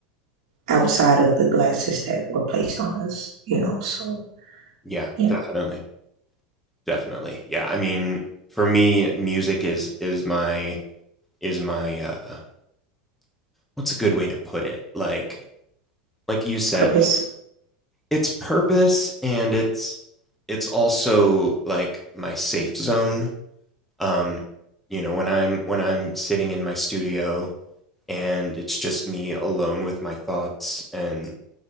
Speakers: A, on the right (about 65°); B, in the centre.
A: outside of the glasses that were placed on us, you know. So,
B: Yeah,
A: yeah,
B: definitely. Definitely. Yeah, I mean, for me, music is is my is my uh what's a good way to put it? Like like you said,
A: purpose.
B: it's purpose and it's it's also like my safe zone. Um, you know, when I'm when I'm sitting in my studio and it's just me alone with my thoughts and